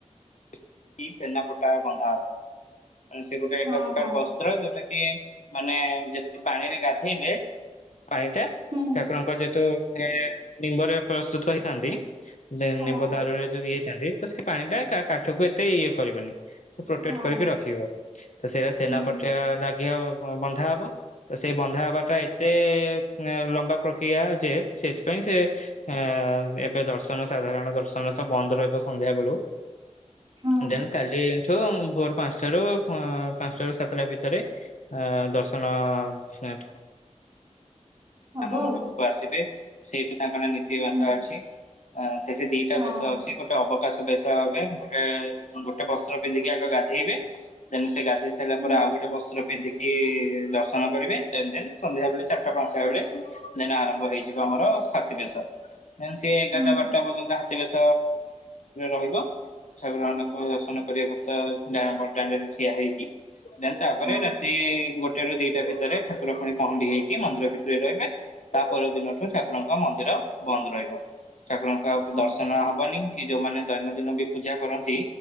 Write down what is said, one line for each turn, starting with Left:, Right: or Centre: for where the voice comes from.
Left: କି ସେନାପଟା ବନ୍ଧା ହବ ମାନେ ସେ ଗୋଟେ ଏକ
Right: ହଁ
Left: ପ୍ରକାର
Right: ହଁ
Left: ବସ୍ତ୍ର ଯୋଉଟା କି କି ମାନେ ଯେତିି ପାଣିରେ ଗାଧେଇବେ ପାଣିଟା
Right: ହୁଁ
Left: ଠାକୁରଙ୍କ ଯେହେତୁ ରେ ନିମ୍ବରେ ପ୍ରସ୍ତୁତ ହେଇଥାନ୍ତି
Right: ହଁ
Left: ନିମ୍ବ ଦାରୁରେ ଯଦି ହେଇଥାନ୍ତି। ତ ସେ ପାଣି ଟା କା କାଠକୁ ଏତେ ଇଏ କରିବନି। ସେ ପ୍ରୋଟେକ୍ଟ
Right: ହଁ
Left: କରିକି ରଖିବ ତ ସେ ସେନାପଟା
Right: ହୁଁ
Left: ଲା ଘିଅ ବନ୍ଧା ହବ ତ ସେଇ ବନ୍ଧା ହବାଟା ଏତେ ଲମ୍ବା ପ୍ରକ୍ରିୟା ଯେ ସେଥିପାଇଁ ସେ ଆ ଏବେ ଦର୍ଶନ ସାଧାରଣ ଦର୍ଶନ ତ ବନ୍ଦ ରହିବ ସନ୍ଧ୍ୟା ବେଳୁ
Right: ହଁ।
Left: ଦେନ୍ କାଲିଠୁ ଭୋର ପାଞ୍ଚଟାରୁ ପାଞ୍ଚଟାରୁ ସାତଟା ଭିତରେ ଅ ଦ ଦର୍ଶନ ଷ୍ଟାର୍ଟ
Right: ହବ
Left: ସ୍ନାନ ମଣ୍ଡପକୁ
Right: ଆଉ।
Left: ଆସିବେ ସେଇଠୁ ତାଙ୍କର ନୀତିିବାର୍ତା
Right: ହୁଁ।
Left: ଅଛି ଆଁ ସେଠି ଦିଟା
Right: ହଁ।
Left: ବେଶ ଅଛି ଗୋଟେ ଅବ କାଶ ବେଶ ହେବେ ଗୋଟେ ଗୋଟେ ବସ୍ତ୍ର ପିନ୍ଧିକି ଆଗ ଗାଧେଇବେ ଦେନ୍ ସେ ଗାଧେଇ ସାରିଲା
Right: ହୁଁ।
Left: ପରେ ଆ ଆଉ ଗୋଟେ ବସ୍ତ୍ର ପିନ୍ଧିକି ଦର୍ଶନ କରିବେ ଦେନ୍ ଦେନ୍ ସନ୍ଧ୍ୟା ବେଳେ ଚାରିଟା ପାଞ୍ଚଟା ବେଳେ ଦେନ୍ ଆରମ୍ଭ ହେଇଯିବ ଆମର ସାଥି ବେଶ ଦେନ୍ ସିଏ ଏଗାରଟା
Right: ହୁଁ
Left: ବାରଟା ପର୍ଯ୍ୟନ୍ତ ହା ଅତି ବେଶ ରହିବ ଠାକୁର ମାନଙ୍କ ଦର୍ଶନ କରିବା କୁତ ବଡ଼ଦାଣ୍ଡ ରେ ଠିଆ ହେଇକି ଦେନ୍ ତାପରେ
Right: ହଁ
Left: ରାତି ଗୋଟେ ରୁ ଦିଟା ଭିତରେ ଠାକୁର ପୁଣି ପହଣ୍ଡି ହେଇକି ମନ୍ଦିର ଭିତ ରହିବେ ତାପର ଦିନଠୁ ଠାକୁରଙ୍କ ମନ୍ଦିର ବନ୍ଦ ରହିବ। ଠାକୁରଙ୍କ ଆଉ
Right: ହଁ
Left: ଦର୍ଶନ ହବନି। କି ଯୋଉମାନେ ଦୈନନ୍ଦିନ ବି ପୂଜା କରନ୍ତି